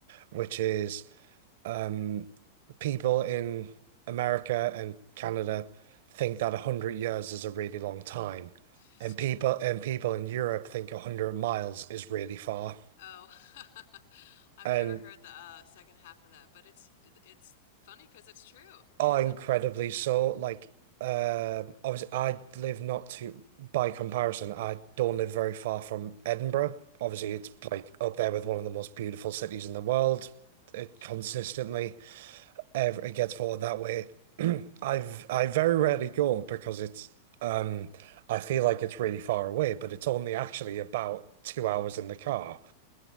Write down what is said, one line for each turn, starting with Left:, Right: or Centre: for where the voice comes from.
Right: which is um, people in America and Canada think that 100 years is a really long time,
Left: <laughs> It's
Right: and
Left: true.
Right: people and people in Europe think 100 miles is really far.
Left: Oh, <laughs> I've
Right: And
Left: never heard the uh, second half of that, but it's it's funny because it's true.
Right: Oh,
Left: Yeah,
Right: incredibly so. Like, um obviously, I live not too, by comparison, I don't live very far from Edinburgh. Obviously, it's like up there with one of the most beautiful cities in the world. It
Left: sure,
Right: consistently, ever, it gets voted that way. <clears throat> I've I very rarely go because it's um I feel like it's really far away, but it's only actually about two hours in the car